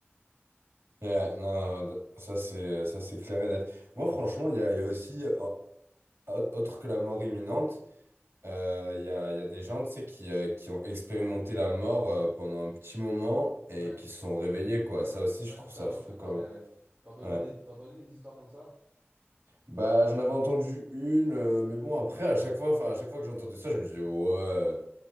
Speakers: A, on the right; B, on the right.
A: Ouais, non, non, ça c'est euh, ça c'est clair et net. Moi franchement, il y a, il y a aussi au- autre que la mort imminente, euh, il y a, il y a des gens tu sais qui euh, qui ont expérimenté la mort euh, pendant un petit moment et
B: Ouais,
A: qui se sont réveillés quoi. Ça aussi je
B: ouais,
A: trouve
B: c'est ça.
A: ça
B: Non,
A: fou
B: je te parlais.
A: quand même.
B: ouais. T'as entendu
A: Ouais.
B: des, t'as entendu des histoires comme ça?
A: Bah j'en avais entendu une, euh, mais bon après à chaque fois, enfin à chaque fois que j'entendais ça, je me disais ouais